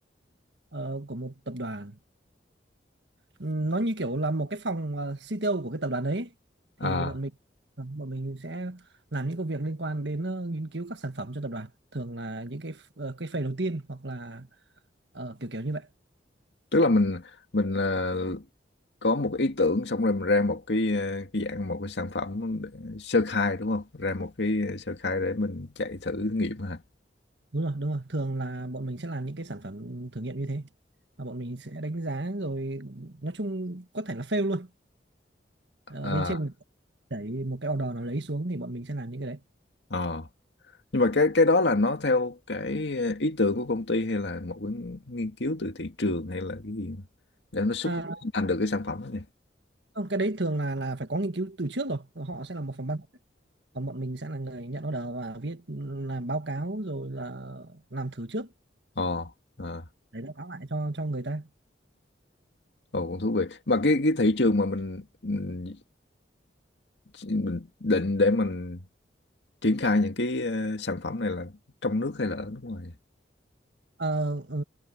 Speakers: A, on the right (about 70°); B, on the left (about 70°).
A: ờ, của một tập đoàn. Ừm, Nó như kiểu là một cái phòng ờ, CTO của cái tập đoàn đấy. Thì
B: à,
A: bọn mình ờ, bọn mình sẽ làm những công việc liên quan đến ờ, nghiên cứu các sản phẩm cho tập đoàn. Thường là những cái ờ, cái phase đầu tiên hoặc là ờ, kiểu kiểu như vậy.
B: tức là mình mình à, có một cái ý tưởng xong rồi mình ra một cái à, cái dạng một cái sản phẩm để- sơ khai đúng không? Ra một cái à, sơ khai để mình chạy thử nghiệm hả?
A: đúng rồi đúng rồi thường là bọn mình sẽ làm những cái sản phẩm thử nghiệm như thế và bọn mình sẽ đánh giá rồi nói chung có thể là fail luôn Ờ,
B: À,
A: bên trên đẩy một cái order nào lấy xuống thì bọn mình sẽ làm những cái đấy
B: ờ. Nhưng mà cái cái đó là nó theo cái ý tưởng của công ty hay là một cái nghiên cứu từ thị trường hay là cái gì để nó xuất
A: à,
B: thành được cái sản phẩm đó nhỉ?
A: không, cái đấy thường là là phải có nghiên cứu từ trước rồi họ sẽ là một phòng ban còn bọn mình sẽ là người nhận order và viết làm báo cáo rồi là làm thử trước
B: Ồ, à,
A: để báo cáo lại cho cho người ta
B: ồ cũng thú vị. Mà cái cái thị trường mà mình mình, mình định để mình triển khai những cái ờ, sản phẩm này là trong nước hay là ở nước ngoài? vậy?
A: Ờ, ừ,